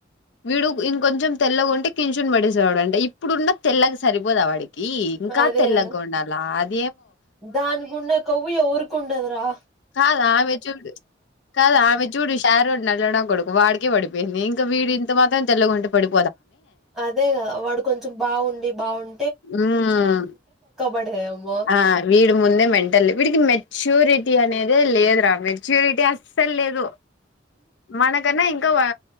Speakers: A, on the left (about 65°); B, in the centre.
A: వీడు ఇంకొంచెం తెల్లగుంటే కిన్శును పడిసేవాడు అంట ఇప్పుడున్న తెల్లగా సరిపోదా వాడికి ఈ ఇంకా
B: అదే
A: తెల్లగుండాల
B: కదా
A: అద్
B: దానికున్న కొవ్వు ఎవ్వరికుండదురా
A: కాద్ ఆమె చూడు కాద్ ఆమె చూడు షారోన్ నల్లా నా కొడుకు వాడికే పడిపోయ్ ది ఇంకా వీడింత మాత్రం తెల్లగుంటే పడి
B: అదేగా వాడు కొంచెం బాగుండి బాగుం
A: ఉమ్
B: పడేదేమో
A: ఆ వీడి ముందే మెంటల్ వీడికి మెచ్యూరిటీ అనేది దే లేదు రా మెచ్యూరిటీ అస్సలు లేదు మనకన్నా ఇంకా వా